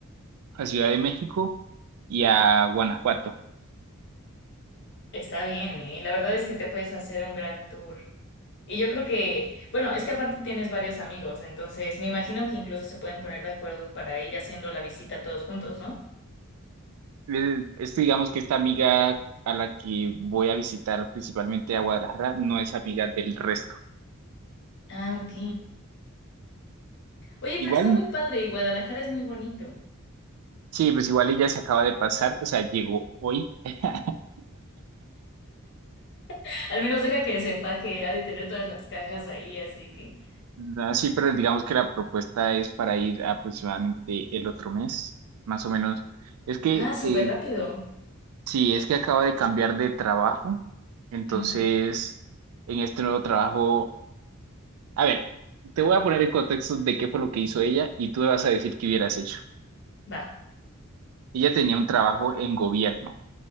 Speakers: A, on the right; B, on the left.
A: a Ciudad de México y a Guanajuato.
B: Está bien, ¿eh? La verdad es que te puedes hacer un gran tour. Y yo creo que, bueno, es que aparte tienes varios amigos, entonces me imagino que incluso se pueden poner de acuerdo para ir haciendo la visita todos juntos, ¿no?
A: Eh, Es, que digamos que esta amiga a la que voy a visitar principalmente a Guadalajara no es amiga del resto.
B: Ah, ok. Oye,
A: Igual
B: pero está muy padre y Guadalajara es muy bonito.
A: Sí, pues igual ella se acaba de pasar, o sea, llegó hoy. <laughs>
B: <laughs> Al menos deja que desempaque, ha de tener todas las cajas ahí, así que...
A: No, sí, pero digamos que la propuesta es para ir aproximadamente el otro mes, más o menos. Es que,
B: Ah, súper
A: eh,
B: rápido.
A: sí, es que acaba de cambiar de trabajo, entonces,
B: Ujú,
A: en este nuevo trabajo, a ver, te voy a poner en contexto de qué fue lo que hizo ella y tú me vas a decir qué hubieras hecho.
B: Va,
A: Ella tenía un trabajo en gobierno,